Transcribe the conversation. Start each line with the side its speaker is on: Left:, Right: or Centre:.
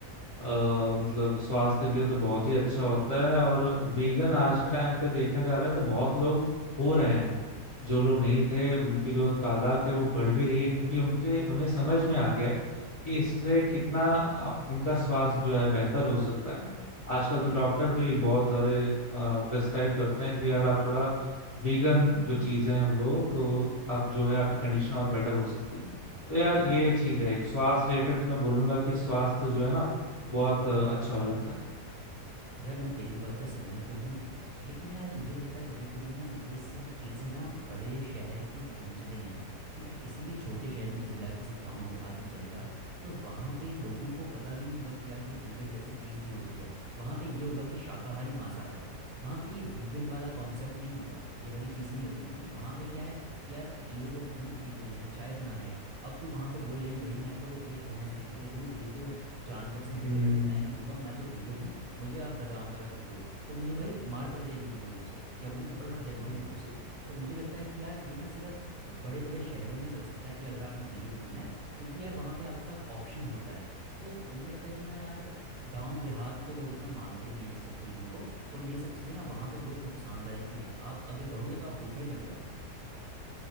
Left: अ, मतलब स्वास्थ्य के लिए तो बहुत ही अच्छा होता है और वीगन आज के टाइम पे देखा जा रहा है तो बहुत लोग हो रहे हैं जो लोग नहीं थे उनकी जो तादाद है वो बढ़ भी रही है क्योंकि उनके उन्हें समझ में आ गया है कि इससे कितना आप, उनका स्वास्थ्य जो है बेहतर हो सकता है आजकल तो डॉक्टर भी बहुत सारे प्रेस्क्राइब करते हैं कि यार आप थोड़ा वीगन जो चीजें हैं वो लो तो आप जो है आपकी कंडीशन और बेटर हो सकती है तो यार
Right: हम्म
Left: ये चीज है एक स्वास्थ्य रिलेटेड तो मैं बोलूंगा कि स्वास्थ्य जो है ना बहुत अ, अच्छा हो जाता है
Right: यार मैं तेरी बात से सहमत तो हूँ लेकिन यार मुझे लगता है कभी कभी ना ये सब चीज़ें ना बड़े शहर के चोंचले हैं क्योंकि किसी भी छोटे शहर में चल जा किसी गांव देहात में चल जा तो वहाँ पे लोगों को पता भी नहीं होगा कि यार कोई वीगन जैसी चीज़ भी होती है वहाँ पे ये होगा कि शाकाहारी मांसाहारी वहाँ पे ये वीगन वाला कॉन्सेप्ट नहीं होगा ये वाली चीज़ नहीं होगी क्योंकि वहाँ पे क्या है कि यार लोग अब दूध पी रहे हैं चाय बना रहे हैं अब तू वहाँ पे बोल रही भाई मैं तो ये भैंस देती है दूध ये तो जानवर से
Left: हम्म
Right: निकल रहा है तो मैं नहीं लूँगा मैं तो वीगन हूँ मुझे आप बादाम वाला दूध दो तो मुझे भाई मार पड़ जाएगी उन लोगों से या मुझे थप्पड़ पड़ जाएगा उन
Left: हम्म।
Right: लोगों से तो मुझे लगता है कि यार ये ना सिर्फ बड़े बड़े शहरों में चल सकता है कि अगर आपने वीगन बनना है क्योंकि यार वहाँ पे आपके पास ऑप्शन होता है तो मुझे लगता है कि ना यार गांव देहात में तो लोग इतना मानते नहीं है इस सब चीज़ों को और ये सब चीज़ें ना वहाँ पे बहुत नुकसानदायक भी हैं आप अगर रहोगे तो आप भूखे ही मर जाओगे